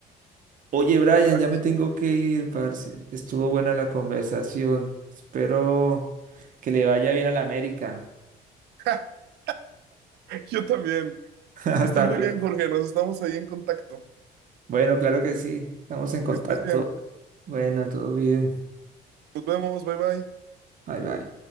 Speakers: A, on the right; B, on the right.
A: Oye, Brian,
B: no, habrá
A: ya me
B: Messi.
A: tengo que ir, parce. Estuvo buena la conversación. Espero que le vaya bien a la América.
B: <laughs> Yo también.
A: <laughs>
B: Que estés
A: También.
B: muy bien, Jorge. Nos estamos ahí en contacto.
A: Bueno, claro que sí. Estamos en contacto.
B: Que estés bien.
A: Bueno, todo bien.
B: Nos vemos. Bye bye.
A: Bye, bye.